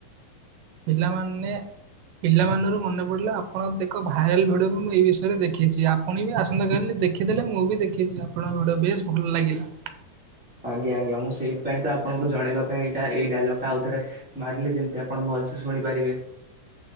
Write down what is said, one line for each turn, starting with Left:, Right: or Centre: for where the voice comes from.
Right: ପିଲାମାନେ ପିଲା ମାନରୁ ମନେ ପଡିଲେ ଆପଣ ଏକ ଭାଇରାଲ ଭିଡିଓ ବି ମୁଁ ଏଇ ବିଷୟରେ ଦେଖିଛି ଆପଣ ବି ଆସନ୍ତାକାଲି ଦେଖିଦେଲେ ମୁଁ ବି ଦେଖିଛି ଆପଣଙ୍କ ବେଶ ଭଲ ଲାଗିଲା।
Centre: <inaudible> ଆଜ୍ଞା ଆଜ୍ଞା ମୁଁ ସେଇଥିପାଇଁ ତ ଆପଣଙ୍କୁ ଜଣେଇବା ପାଇଁ ଏଇଟା ଏଇ ଡାଇଲଗ୍ ଟା ଆଉଥରେ ମାରିଲି ଯେମିତି ଆପଣ ଭଲ ଶୁଣିପାରିବେ।